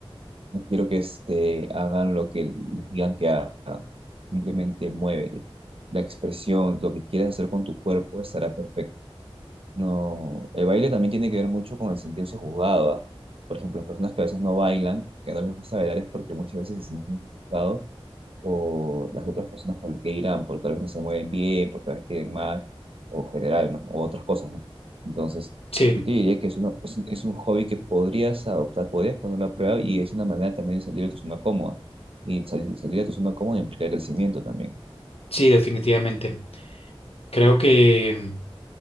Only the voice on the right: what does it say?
no quiero que este, hagan lo que les digan que hagan. Simplemente muévete. La expresión, lo que quieres hacer con tu cuerpo estará perfecto. No, el baile también tiene que ver mucho con el sentirse juzgado, ¿ah? Por ejemplo, las personas que a veces no bailan, que no les gusta bailar es porque muchas veces se sienten juzgados por las otras personas por el que irán, por tal vez no se mueven bien, por tal vez queden mal, o general, ¿no? O otras cosas, ¿no? Entonces,
yo te diría que es, una- es, un es un hobby que podrías adoptar, podrías ponerlo a prueba y es una manera también de salir de tu zona cómoda. Y salir, salir de tu zona cómoda implica crecimiento también.